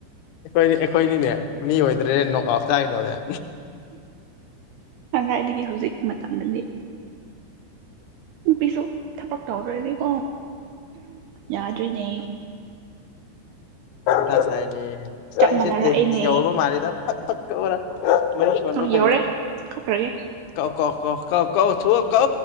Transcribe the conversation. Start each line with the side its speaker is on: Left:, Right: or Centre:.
Left: ꯑꯩꯈꯣꯏ ꯑꯩꯈꯣꯏꯗꯤꯅꯦ ꯃꯤ ꯑꯣꯏꯗ꯭ꯔꯦ ꯅꯣꯀꯥꯎꯞ ꯆꯥꯗꯧꯔꯦ
Right: ꯀꯪꯗꯥꯥꯏꯗꯒꯤ ꯍꯧꯖꯤꯛ ꯃꯇꯝꯗꯗꯤ ꯅꯨꯄꯤꯁꯨ ꯊꯕꯛ ꯇꯧꯗ꯭ꯔꯗꯤꯀꯣ ꯌꯥꯗ꯭ꯔꯤꯅꯦ
Left: ꯊ ꯁꯥꯏꯅꯤ ꯑꯁꯁꯦ
Right: ꯆꯞ ꯃꯥꯟꯅꯔꯛꯑꯦꯅꯦ
Left: ꯇꯦꯃꯤ ꯌꯧꯨꯔꯕ ꯃꯥꯜꯂꯤꯦꯗ ꯐꯛ ꯐꯛ ꯈꯔ ꯃꯔꯤ ꯁꯣꯟꯕ
Right: ꯑ
Left: ꯐꯩꯌꯦ
Right: ꯌꯧꯔꯦ ꯀꯛꯈ꯭ꯔꯒꯦ
Left: ꯀꯛ ꯀ ꯀꯥꯎ ꯀ ꯀꯧꯊꯛ ꯀ